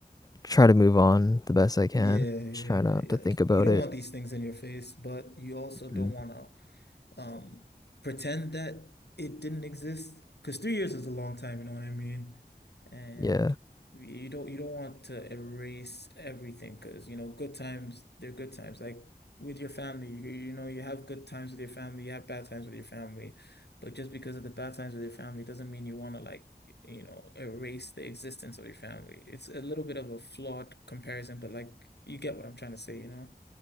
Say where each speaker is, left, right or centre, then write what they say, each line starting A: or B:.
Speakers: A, on the left (about 20°); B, on the left (about 80°).
A: try to move on the best I can.
B: Yeah, yeah,
A: Just try not
B: yeah.
A: to think
B: like
A: about
B: you don't
A: it.
B: want these things in your face, but you also don't
A: Mm.
B: want to um, pretend that it didn't exist because three years is a long time, you know what I mean? And
A: Yeah.
B: you don't you don't want to erase everything because you know good times they're good times like with your family you, you know you have good times with your family you have bad times with your family but just because of the bad times with your family doesn't mean you want to like you know erase the existence of your family it's a little bit of a flawed comparison but like you get what I'm trying to say you know